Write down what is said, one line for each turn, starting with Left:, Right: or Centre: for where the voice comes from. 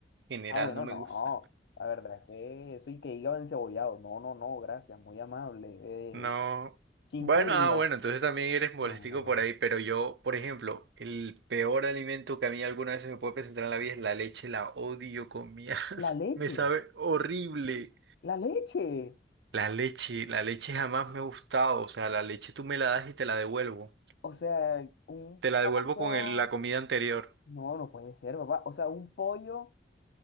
Right: En general
Left: Ah, bueno,
Right: no me
Left: no,
Right: gusta.
Left: la verdad es que eso y que hígado encebollado, no, no, no, gracias, muy amable.
Right: No.
Left: Eh, chinchurria.
Right: Bueno, ah, bueno, entonces también eres molestico
Left: No, no, no. no.
Right: por ahí, pero yo, por ejemplo, el peor alimento que a mí alguna vez se me puede presentar en la vida es la leche, la odio con mi alma. <laughs>
Left: La leche,
Right: Me sabe horrible.
Left: la leche.
Right: La leche, la leche jamás me ha gustado, o sea, la leche tú me la das y te la devuelvo.
Left: O sea, un
Right: Te la
Left: pollo.
Right: devuelvo con el- la comida anterior.
Left: No, no puede ser, papá. O sea, un pollo